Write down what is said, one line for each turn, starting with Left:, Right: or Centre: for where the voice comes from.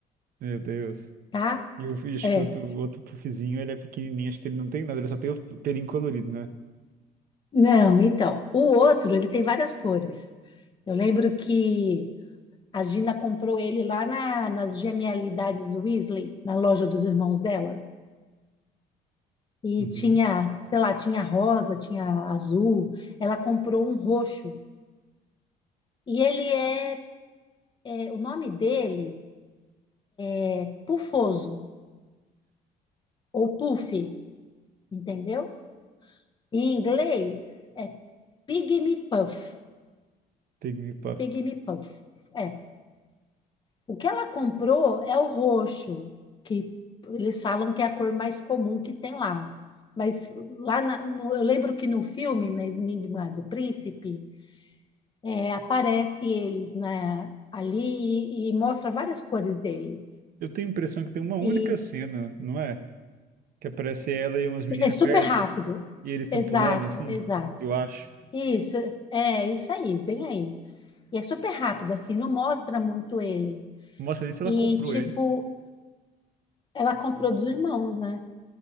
Right: Meu Deus.
Left: tá?
Right: E eu acho
Left: É.
Right: que o outro, o outro puffzinho, ele é pequenininho. Acho que ele não tem nada, ele só tem o pelinho colorido, né?
Left: Não, então, o outro, ele tem várias cores. Eu lembro que A Gina comprou ele lá na- nas genialidades Weasley, na loja dos irmãos dela. E
Right: Uhum.
Left: tinha, sei lá, tinha rosa, tinha azul. Ela comprou um roxo. E ele é, é, o nome dele é Pufoso, ou Puff, entendeu? Em inglês é Pygmy Puff.
Right: Take me puff.
Left: Pygmy Puff. É, O que ela comprou é o roxo, que eles falam que é a cor mais comum que tem lá. Mas lá na- no- eu lembro que no filme, no Enigma do Príncipe, é, aparece eles né, ali e, e mostra várias cores deles.
Right: Eu tenho a impressão que tem uma única
Left: E
Right: cena, não é? Que aparece ela e umas meninas
Left: é super
Right: perto
Left: rápido.
Right: e eles estão
Left: Exato,
Right: pulando, assim.
Left: exato.
Right: Eu acho.
Left: Isso, é isso aí, bem aí. E é super rápido, assim, não mostra muito ele.
Right: Não mostra nem se ela
Left: E,
Right: comprou
Left: tipo,
Right: ele.
Left: ela comprou dos irmãos, né?